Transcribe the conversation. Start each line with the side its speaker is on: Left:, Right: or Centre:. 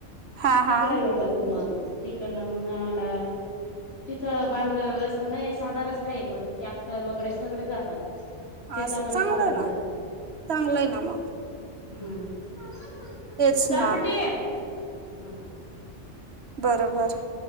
Right: हा
Left: तिकडं
Right: हा
Left: येतात मग तिकडनं मग आम्हाला तिथं बांधलेला रस्ता नाही साधा रस्ता आहे पण टॅक्टर वगैरे सगळे जातात शेतामध्ये
Right: असं चांगलं
Left: पर्यंत
Right: ना चांगलंय ना मग
Left: हम्म
Right: तेच
Left: चल
Right: ना
Left: बेटी हम्म
Right: बरोबर